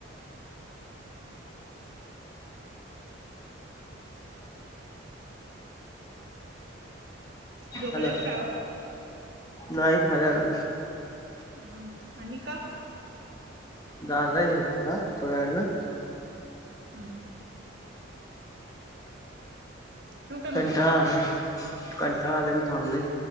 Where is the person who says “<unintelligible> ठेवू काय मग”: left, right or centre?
Right